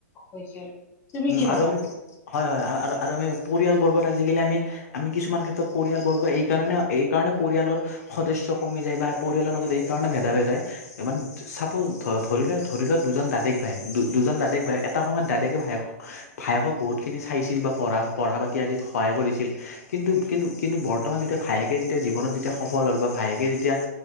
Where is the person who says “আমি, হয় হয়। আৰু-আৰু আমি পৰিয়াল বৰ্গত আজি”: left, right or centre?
Left